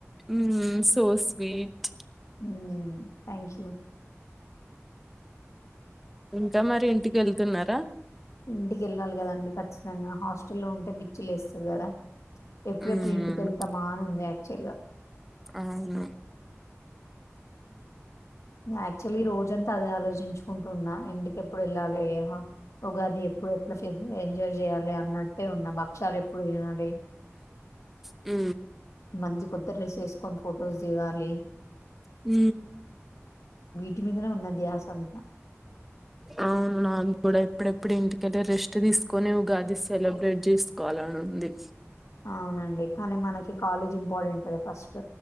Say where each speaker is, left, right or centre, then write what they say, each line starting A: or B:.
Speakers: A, in the centre; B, on the left.
A: ఉ సో స్వీట్
B: హ్మ్. థ్యాంక్ యూ
A: ఇంకా మరి ఇంటికి వెళ్తున్నారా
B: ఇంటికెళ్ళాలి కదండి ఖ ఖచ్చితంగా హాస్టల్లో ఉంటే బిచ్చి లేస్తాది కదా ఎప్పుడెప్పుడు
A: ఉమ్
B: ఇంటికెళ్తామా అని ఉంది యాక్చువల్ గా
A: అవును
B: యాక్చువల్లీ ఈ రోజంతా అదే ఆలోచించుకుంటున్నా ఇంటికి ఎప్పుడు వెళ్ళాలి ఏ ఉగాది ఎప్పుడు ఎట్లా ఎంజాయ్ చేయాలి అన్నట్టే ఉన్న భక్షాలు ఎప్పుడు తినాలి
A: ఉ
B: మంచి కొత్త డ్రెస్ వేసుకొని ఫొటోస్ దిగాలి
A: హ
B: ఇంటి మీదనే ధ్యాస అంతా
A: అవును నాకు కూడా ఎప్పుడెప్పుడు ఇంటికెళ్ళి రెస్ట్ తీసుకొని ఉగాది సెలబ్రేట్ చేసుకోవాలని ఉంది
B: అవునండి కానీ మన కి కాలేజ్ ఇంపార్టెంట్ కదా ఫస్ట్.